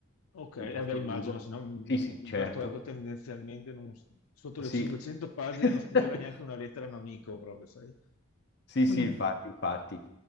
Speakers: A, on the left (about 85°); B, on the left (about 50°).
A: ok,
B: piuttosto
A: eh beh,
B: lungo.
A: immagino, se no mh,
B: Sì, sì,
A: Umberto
B: certo.
A: Eco tendenzialmente non- sotto le
B: Sì.
A: 500 pagine
B: <laughs>
A: non scriveva neanche una lettera a un amico, proprio, sai.
B: Sì,
A: <clears throat>
B: sì, infatti, infatti.